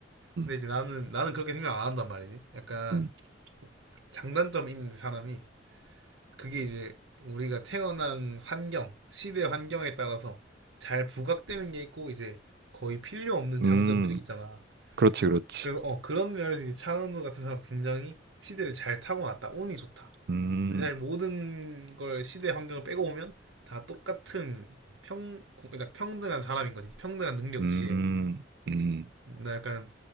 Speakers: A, on the right; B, on the right.
A: 음,
B: 근데 이제 나는 나는 그렇게 생각 안 한단 말이지 약간
A: 음,
B: 장단점 있는 사람이 그게 이제 우리가 태어난 환경 시대 환경에 따라서 잘 부각되는 게 있고 이제 거의 필요 없는
A: 음,
B: 장점들이 있잖아
A: 그렇지, 그렇지.
B: 그래서 어 그런 면에서 이제 차은우 같은 사람 굉장히 시대를 잘 타고났다 운이 좋다
A: 음,
B: 근데 사실 모든 걸 시대 환경을 빼고 보면 다 똑같은 평, 고- 그러니까 평등한 사람인 거지. 평등한 능력치에.
A: 음, 음,
B: 나 약간